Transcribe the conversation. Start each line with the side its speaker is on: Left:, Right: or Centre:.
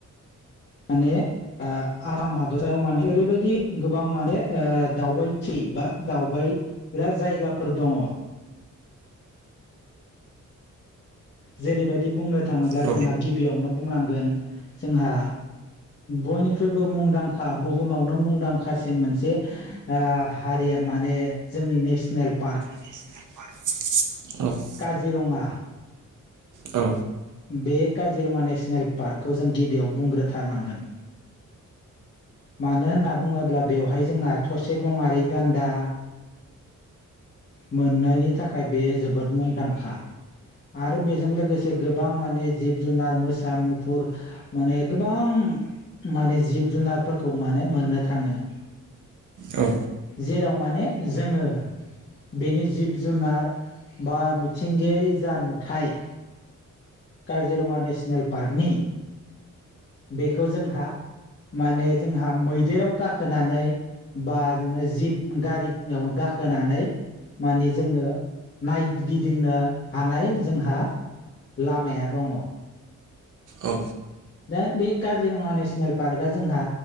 Left: माने आसाम हादर <unintelligible> ओरैबायदि गोबां माने दावबायथि बा दावबायग्रा <unintelligible> <unintelligible> दङ। जेरैबायदि बुंनो थाङोब्ला
Right: औ
Left: जोंहा गिबियावनो बुंनांगोन जोंहा बयनिख्रुइबो मुंदांखा बुहुमावनो मुंदांखासिन मोनसे हारिया माने जोंनि नेसनेल पार्क
Right: <unintelligible>
Left: काजिरङा।
Right: औ।
Left: बे काजिरङा नेसनेल पार्कखौ जों गिबियाव बुंग्रोथारनांगोन। मानो होनना बुङोब्ला बेवहाय जोंना थसे गं आरि गान्दा मोननायनि थाखाय बे जोबोद मुंदांखा आरो बेजों लोगोसे गोबां माने जिब जुनार मोसा <unintelligible> <unintelligible> माने गोबां माने जिब -जुनारफोरखौ माने मोननो थाङो।
Right: औ।
Left: जेराव माने जोङो बेनि जिब- जुनार बा मिथिंगायारि जा नुथाय काजिरङा नेसनेल पार्कनि बेखौ जोंहा माने जोंहा मैदेराव गाखोनानै बा नोङो जिब गारियाव गाखोनानै माने जोङो नायगिदिंनो हानाय जोंहा लामाया दङ।
Right: औ।
Left: दा बे काजिरङा नेसनेल पार्कआ जोंहा